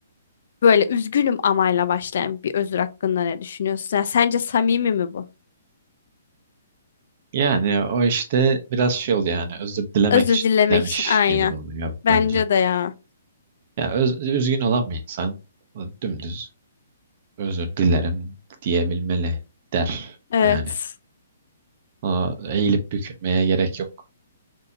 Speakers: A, on the left; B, on the right.
A: Böyle üzgünüm amayla başlayan bir özür hakkında ne düşünüyorsun? Ya sence samimi mi bu?
B: Yani o işte biraz şey oluyor yani özür dilemek
A: Özür
B: için
A: dilemek
B: dilemiş
A: için- aynen.
B: gibi oluyor
A: Bence
B: bence.
A: de ya.
B: Ya öz, üzgün olan bir insan dümdüz özür dilerim diyebilmeli der
A: Evet.
B: yani. Aa, eğilip bükülmeye gerek yok.